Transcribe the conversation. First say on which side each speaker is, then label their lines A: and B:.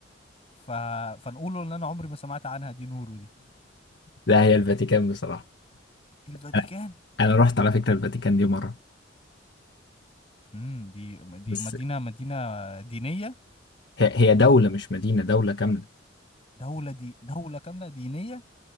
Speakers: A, on the left; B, on the left.
A: ف... فنقوله ان انا عمري ما سمعت عنها دي نورو دي
B: لا هي الفاتيكان بصراحه
A: الفاتيكان
B: انا أنا رحت على فكره الفاتيكان دي مره
A: امم دي دي
B: بس
A: مدينة مدينة دينية
B: هي هي دوله مش مدينه دوله كامله
A: دولة دي دولة كاملة دينية